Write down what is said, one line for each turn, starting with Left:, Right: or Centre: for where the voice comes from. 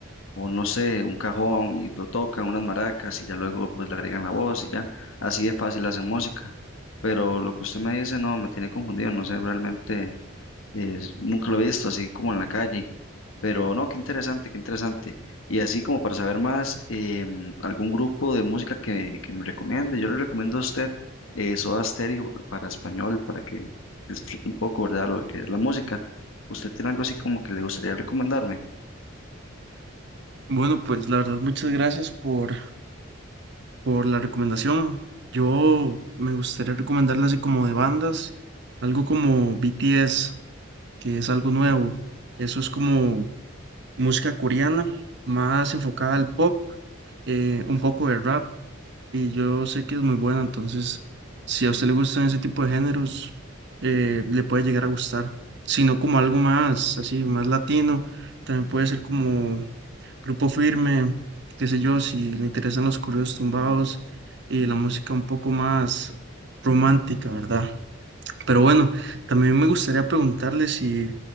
Left: o no sé, un cajón y lo tocan, unas maracas y ya luego pues le agregan la voz y ya, así de fácil hacen música. Pero lo que usted me dice, no, me tiene confundido, no sé realmente es- nunca lo he visto así como en la calle, pero no, qué interesante, qué interesante. Y así como para saber más, em, algún grupo de música que, que me recomiende, yo le recomiendo a usted eh, Soda Stereo para español, para que disfrute un poco, ¿verdad? Lo que es la música. ¿Usted tiene algo así como que le gustaría recomendarme?
Right: Bueno, pues la verdad, muchas gracias por, por la recomendación. Yo me gustaría recomendarle así como de bandas, algo como BTS. que es algo nuevo. Eso es como música coreana, más enfocada al pop, eh, un poco de rap, y yo sé que es muy buena, entonces si a usted le gustan ese tipo de géneros, eh, le puede llegar a gustar, sino como algo más, así, más latino, también puede ser como Grupo Firme, qué sé yo, si le interesan los corridos tumbados y la música un poco más romántica, ¿verdad? Pero bueno, también me gustaría preguntarle si